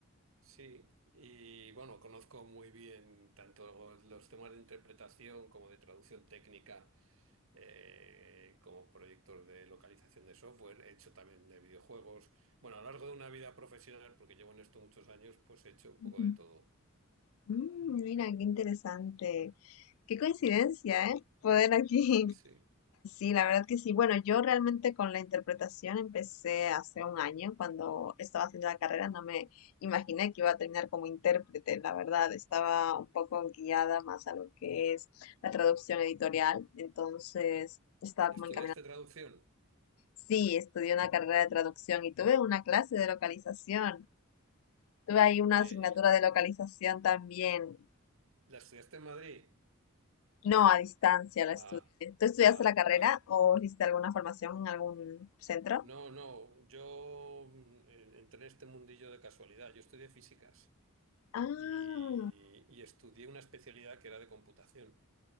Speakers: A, on the right; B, on the left.
A: sí. Y bueno, conozco muy bien tanto los temas de interpretación como de traducción técnica eh, como proyectos de localización de software, he hecho también de videojuegos. Bueno, a lo largo de una vida profesional, porque llevo en esto muchos años, pues he hecho un
B: Ujú.
A: poco de todo.
B: Mm, mira, qué interesante. Qué coincidencia, ¿eh? Poder aquí
A: Eh, Sí.
B: <laughs> Sí, la verdad que sí. Bueno, yo realmente con la interpretación empecé hace un año cuando estaba haciendo la carrera. No me imaginé que iba a terminar como intérprete. La verdad, estaba un poco guiada más a lo que es la traducción editorial. Entonces, estaba como
A: ¿Estudiaste
B: encaminada.
A: traducción?
B: Sí, estudié una carrera de traducción y tuve una clase de localización. Tuve ahí una
A: Eh,
B: asignatura de localización
A: y-
B: también.
A: ¿la estudiaste en Madrid?
B: No, a distancia la
A: Ah,
B: estudié. ¿Tú estudiaste
A: ah,
B: la carrera
A: vale.
B: o hiciste alguna formación en algún centro?
A: No, no, yo mm, en- entré en este mundillo de casualidad. Yo estudié físicas
B: Ah,
A: y, y estudié una especialidad que era de computación.